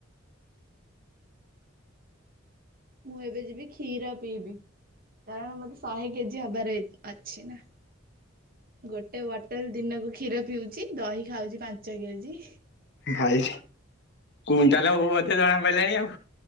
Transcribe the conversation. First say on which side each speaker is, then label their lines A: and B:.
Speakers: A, on the right; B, on the left.
A: ମୁଁ ଏବେ ଯିବି କ୍ଷୀର ପିଇବି। କାରଣ ମତେ ଶହେ କେଜି ହବାରେ ଅଛି ନା। ଗୋଟେ ବୋଟଲ ଦିନକୁ କ୍ଷୀର ପିଉଛି ଦହି ଖାଉଛି ପାଞ୍ଚ କେଜି।
B: ଭାଇ କୁଇନଟାଲ ହୋବୁ ବୋଧେ ଜଣା ପଇଲାଣି ଆଉ।